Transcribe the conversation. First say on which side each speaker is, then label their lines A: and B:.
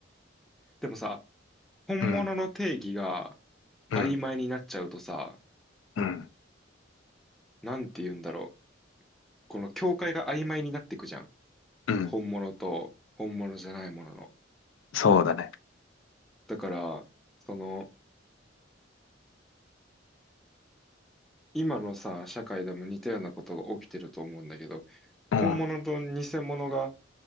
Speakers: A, in the centre; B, on the left.
A: でもさ、本物の定義が、
B: うん、うん、
A: 曖昧になっちゃうとさ、
B: うん、
A: なんて言うんだろう。この境界が曖昧になっていくじゃん。
B: うん。
A: 本物と本物じゃないものの。
B: そうだね。
A: だから、その、今のさ、社会でも似たようなことが起きてると思うんだけど、
B: うん、
A: 本物と偽物が